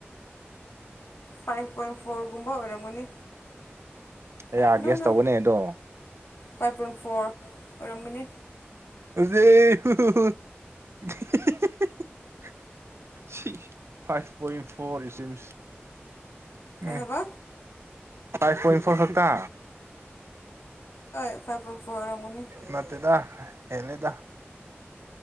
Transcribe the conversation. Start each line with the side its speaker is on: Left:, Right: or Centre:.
Left: ꯐꯥꯏꯚ ꯄꯣꯏꯟ ꯐꯣꯔꯒꯨꯝꯕ ꯑꯣꯏꯔꯝꯒꯅꯤ
Right: ꯀꯌꯥ
Left: ꯐꯥꯏ ꯅꯣ
Right: ꯒ꯭ꯌꯥꯁ
Left: ꯅꯣ
Right: ꯇꯧꯒꯅꯤ ꯑꯗꯣ
Left: ꯐꯥꯏꯚ ꯄꯣꯏꯟ ꯐꯣꯔ ꯑꯣꯏꯔꯝꯒꯅꯤ
Right: <unintelligible> ꯍꯨꯍꯨꯍꯨ ꯍꯤꯍꯤ ꯁꯤ ꯐꯥꯏꯚ ꯄꯣꯏꯟ ꯐꯣꯔ <unintelligible>
Left: ꯀꯩ
Right: ꯑꯦ
Left: ꯍꯥꯏꯕ
Right: ꯐꯥꯏꯚ ꯄꯣꯏꯟ ꯐꯣꯔ ꯈꯛꯇ
Left: ꯍꯣꯏ ꯐꯥꯏꯚ ꯄꯣꯏꯟ ꯐꯣꯔ ꯑꯣꯏꯔꯝꯒꯅꯤ
Right: ꯅꯠꯇꯦꯗ ꯍꯦꯜꯂꯦꯗ